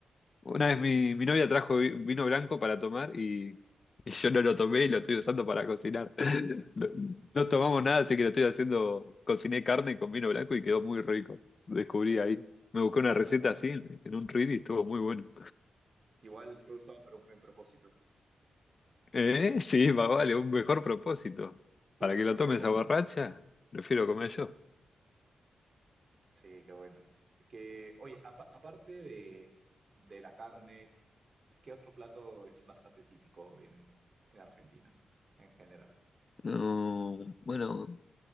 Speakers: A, on the left (about 45°); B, on the right (about 45°).
A: Una vez mi, mi novia trajo vi- vino blanco para tomar y, y yo no lo tomé y lo estoy usando para cocinar. <laughs> No, no tomamos nada, así que lo estoy haciendo. Cociné carne con vino blanco y quedó muy rico. Lo Descubrí ahí. Me busqué
B: Bueno,
A: una receta así en en un Reddit y estuvo muy bueno.
B: igual fue usado para un buen propósito,
A: Eh, sí, más vale, un mejor propósito. Para
B: un mejor
A: que lo tome
B: propósito.
A: esa borracha, prefiero comer yo.
B: Sí, qué bueno. Que, oye, apa- aparte de, de la carne, ¿qué otro plato es bastante típico en, en Argentina en general?
A: No, bueno,